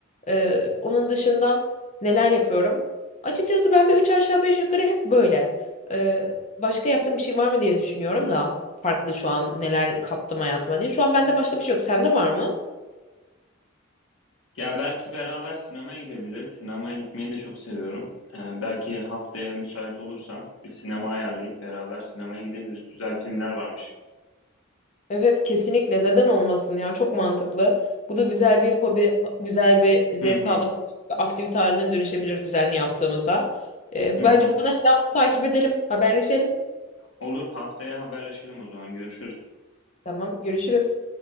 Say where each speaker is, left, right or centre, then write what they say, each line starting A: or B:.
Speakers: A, on the left; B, on the left.
A: Ee, onun dışında neler yapıyorum? Açıkçası ben de üç aşağı beş yukarı hep böyle. Ee, başka yaptığım bir şey var mı diye düşünüyorum da farklı şu an neler kattım hayatıma diye. Şu an bende başka bir şey yok. Sende var mı?
B: Ya belki beraber sinemaya gidebiliriz. Sinemaya gitmeyi de çok seviyorum. Ee, belki haftaya müsait olursan bir sinema ayarlayıp beraber sinemaya gidebiliriz. Güzel filmler varmış.
A: Evet kesinlikle neden olmasın ya çok mantıklı. Bu da güzel bir hobi, güzel bir zevk
B: Hı hı,
A: aldığımız aktivite haline dönüşebilir düzenli yaptığımızda. Ee,
B: hı
A: bence
B: hı.
A: bunu her hafta takip edelim, haberleşelim.
B: Olur haftaya haberleşelim o zaman. Görüşürüz.
A: Tamam, görüşürüz.